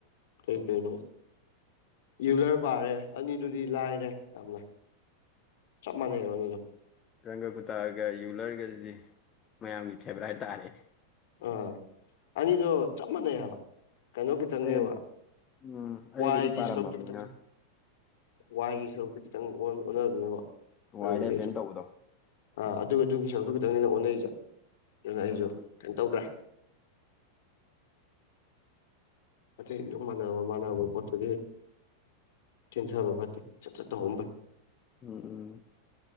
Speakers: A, on the left; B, on the left.
A: ꯀꯩ ꯀꯩꯅꯣ ꯏꯔꯤꯒꯨꯂꯔ ꯄꯥꯔꯦ ꯑꯅꯤꯗꯨꯗꯤ ꯂꯥꯏꯔꯦ ꯌꯥꯝꯅ ꯆꯞ ꯃꯥꯟꯅꯦ ꯍꯥꯏꯕꯅꯤꯒ
B: ꯔꯪꯒ ꯀꯨꯇꯥꯒ ꯌꯨꯂꯔꯒꯁꯤꯗꯤ ꯃꯌꯥꯝꯒꯤ ꯐꯦꯕꯔꯥꯏꯠ ꯇꯥꯔꯦ
A: ꯑꯥ ꯑꯅꯤꯗꯣ ꯆꯞ ꯃꯥꯟꯅꯩ ꯍꯥꯏ ꯀꯩꯅꯣ ꯈꯤꯇꯪꯅꯦꯕ
B: ꯑꯩ ꯑꯗꯨ ꯎꯝ ꯑꯩ
A: ꯋꯥꯏꯒꯤ
B: ꯑꯗꯨꯗꯤ ꯄꯥꯔꯝꯃꯕꯅꯤꯅ
A: ꯁꯔꯨꯛꯇꯇꯪꯁ ꯋꯥꯏꯒꯤ ꯁꯔꯨꯛꯇ ꯈꯤꯇꯪ ꯑꯣꯟꯅꯕꯅꯦꯕ ꯑꯗꯨꯗꯒꯤ
B: ꯋꯥꯏꯗ ꯑꯦꯄꯦꯟ
A: ꯑꯩꯁꯨ
B: ꯇꯧꯕꯗꯣ
A: ꯑꯥ ꯑꯗꯨ ꯑꯗꯨꯒꯤ ꯁꯔꯨꯛꯇꯣ ꯈꯤꯇꯪꯅꯤꯅ ꯑꯣꯟꯅꯔꯤꯁꯦ ꯑꯗꯨꯅ ꯑꯩꯁꯨ
B: ꯎꯝ
A: ꯀꯩꯅꯣ ꯇꯧꯗ꯭ꯔꯦ ꯑꯇꯩꯁꯨ ꯃꯥꯟꯅꯕ ꯃꯥꯟꯅꯕ ꯄꯣꯠꯇꯨꯒꯤ ꯇꯤꯟꯊꯕ ꯐꯠꯇꯦ ꯆꯠ ꯆꯠꯠꯇꯧꯍ ꯐꯩ
B: ꯎꯝ ꯎꯝ